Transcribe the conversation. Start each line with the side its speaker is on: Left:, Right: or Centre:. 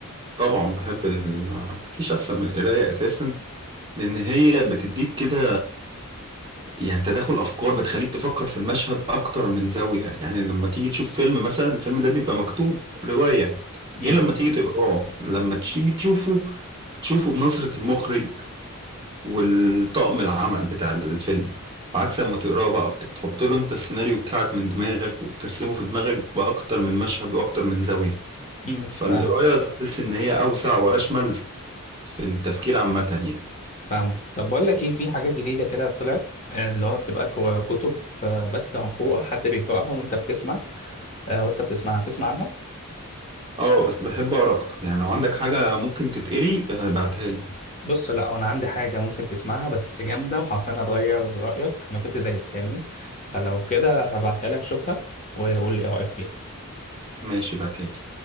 Right: طبعا بحب ال مفيش أحسن من القراية أساسا لأن هي بتديك كده يعني تداخل أفكار بتخليك تفكر في المشهد أكتر من زاوية يعني لما تيجي تشوف فيلم مثلا الفيلم ده بيبقى مكتوب رواية
Left: امم
Right: غير لما تيجي تقراه لما تيجي تشوفه بتشوفه بنظرة المخرج والطاقم العمل بتاع الفيلم عكس لما تقراه بقى بتحط له أنت السيناريو بتاعك من دماغك وبترسمه في دماغك بأكتر من مشهد وأكتر من زاوية
Left: امم
Right: فالقراية
Left: فاهمك
Right: تحس إن هي أوسع وأشمل في التفكير عامة يعني
Left: فاهمك طب بقول لك ايه في حاجات جديده كده طلعت آه، اللي هو بتبقى كو- كتب آه، بس عن قراءه حد بيقراها وانت بتسمع آه، وانت بتسمعها تسمع عنها
Right: اه بس بحب اقرا اكتر يعني لو عندك حاجة ممكن تتقري آه، بعتها لي
Left: بص لا هو انا عندي حاجه ممكن تسمعها بس جامده وحرفيا هتغير رايك انا كنت زيك فاهمني فلو كده هبعتها لك شوفها وقول لي ايه رايك فيها
Right: ماشي بعتها لي